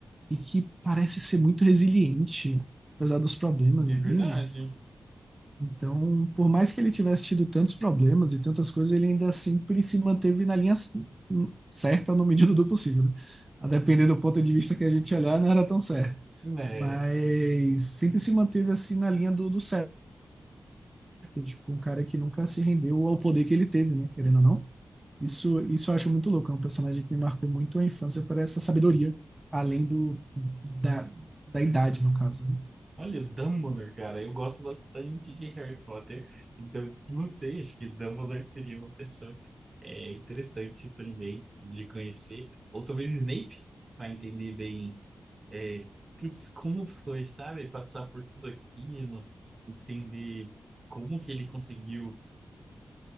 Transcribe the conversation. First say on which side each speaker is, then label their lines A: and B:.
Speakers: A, on the right; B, on the right.
A: e que parece ser muito resiliente, apesar dos problemas,
B: É
A: entende?
B: verdade.
A: Então, por mais que ele tivesse tido tantos problemas e tantas coisas, ele ainda sempre se manteve na linha c- hum, certa na medida do possível. né? A depender do ponto de vista que a gente olhar, não era tão certo.
B: É.
A: Mas sempre se manteve assim na linha do, do certo, tipo, um cara que nunca se rendeu ao poder que ele teve, né? Querendo ou não. Isso, isso eu acho muito louco. É um personagem que me marcou muito a infância por essa sabedoria, além do, da, da idade, no caso, né?
B: Olha, o Dumbledore, cara. Eu gosto bastante de Harry Potter. Então, não sei, acho que Dumbledore seria uma pessoa é, interessante também de conhecer. Ou talvez Snape, para entender bem É, putz, como foi, sabe? Passar por tudo aquilo, entender como que ele conseguiu